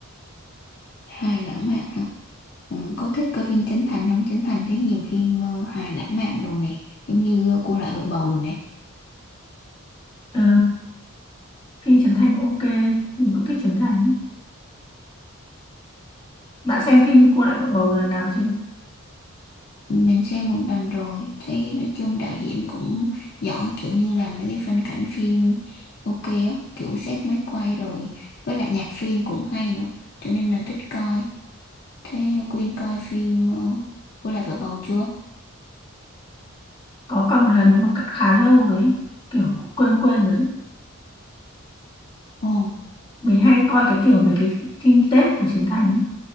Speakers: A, on the left; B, on the left.
A: Hài lãng mạn hả? Ừ, có thích coi phim Trấn Thành không? Trấn Thành thấy nhiều phim ờ, hài lãng mạn đồ nè. Giống như ờ, Cô Lại Vợ Bầu đồ nè.
B: Ờ, Phim Trấn Thành ok, mình cũng thích Trấn Thành. ấy. Bạn xem phim Cô Lại Vợ Bầu lần nào chưa?
A: Mình xem một lần rồi, thấy nói chung đạo diễn cũng giỏi kiểu như là mấy cái phân cảnh phim ok á, kiểu xét máy quay rồi, với lại nhạc phim cũng hay nữa, cho nên là thích coi. Thế Quyên coi phim ờ, Cô lại vợ bầu chưa?
B: Có cả một lần nhưng mà khá lâu rồi ấy. Kiểu quên quên rồi đấy.
A: Ồ,
B: Mình hay coi cái kiểu mấy cái phim Tết của Trấn Thành ấy.